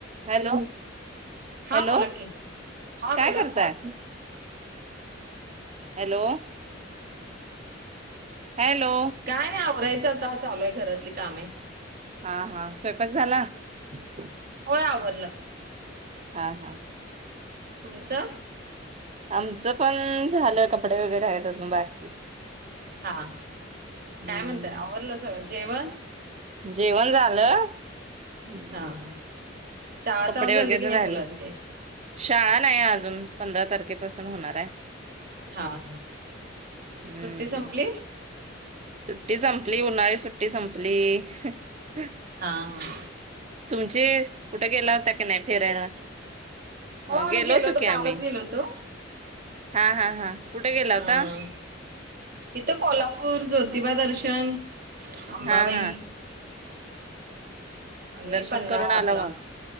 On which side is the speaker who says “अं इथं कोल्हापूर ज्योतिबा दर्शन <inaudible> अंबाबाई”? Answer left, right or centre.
Right